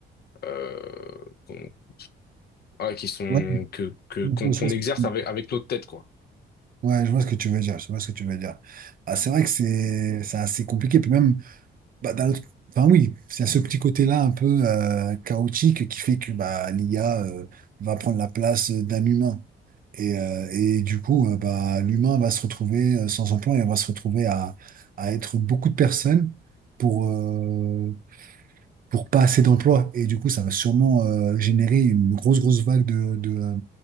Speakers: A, on the left; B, on the right.
A: euh, qu'on- voilà, qui sont
B: ouais,
A: que, que,
B: je
A: qu'on, qu'on
B: vois ce
A: exerce
B: que tu veux
A: avec,
B: dire.
A: avec notre tête, quoi,
B: ouais, je vois ce que tu veux dire. Je vois ce que tu veux dire. Ah, c'est vrai que c'est c'est assez compliqué. Puis même, bah, d'un autre- enfin oui, c'est ce petit côté-là un peu euh, chaotique qui fait que bah, l'IA euh, va prendre la place d'un humain. Et, euh, et du coup, euh, bah, l'humain va se retrouver euh, sans emploi et on va se retrouver à, à être beaucoup de personnes pour, euh, pour pas assez d'emplois. Et du coup, ça va sûrement euh, générer une grosse, grosse vague de, de, euh,